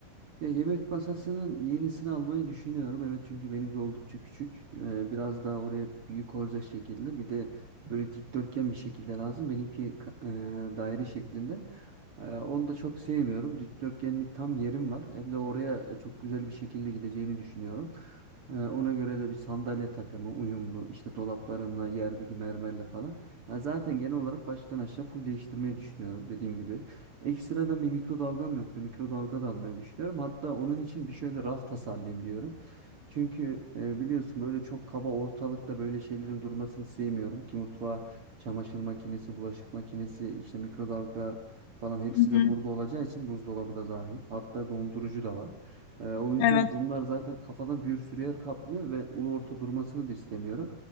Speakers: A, on the right; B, on the left.
A: Ya, yemek masasının yenisini almayı düşünüyorum. Evet çünkü benimki oldukça küçük. Ee, biraz daha oraya büyük olacak şekilde. Bir de böyle dikdörtgen bir şekilde lazım. Benimki ka- e, daire şeklinde. Ee, onu da çok sevmiyorum. Dikdörtgenlik tam yerim var. Hem de oraya çok güzel bir şekilde gideceğini düşünüyorum. Ee, ona göre de bir sandalye takımı uyumlu. İşte dolaplarımla, yerdeki mermerle falan. Ya zaten genel olarak baştan aşağı full değiştirmeyi düşünüyorum dediğim gibi. Ekstradan bir mikrodalgam yoktu. Mikrodalga da almayı düşünüyorum. Hatta onun için bir şöyle raf tasarlayayım diyorum. Çünkü e, biliyorsun böyle çok kaba ortalıkta böyle şeylerin durmasını sevmiyorum ki mutfağa çamaşır makinesi, bulaşık makinesi, işte mikrodalga falan hepsi
B: Hı hı.
A: de burada olacağı için buzdolabı da dahil. Hatta dondurucu da var. E, o yüzden
B: Evet.
A: bunlar zaten kafadan bir sürü yer kaplıyor ve ulu orta durmasını da istemiyorum.